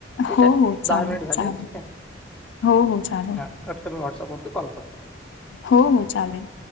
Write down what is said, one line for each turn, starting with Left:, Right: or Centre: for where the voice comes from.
Centre: ठीक
Left: हो,
Centre: आहे
Left: हो. चालेल,
Centre: दहा मिनिट झाले
Left: चालेल.
Centre: ठीक आहे
Left: हो, हो. चालेल.
Centre: हा कट करून मी व्हॉट्सअपवरती कॉल करतो
Left: हो हो चालेल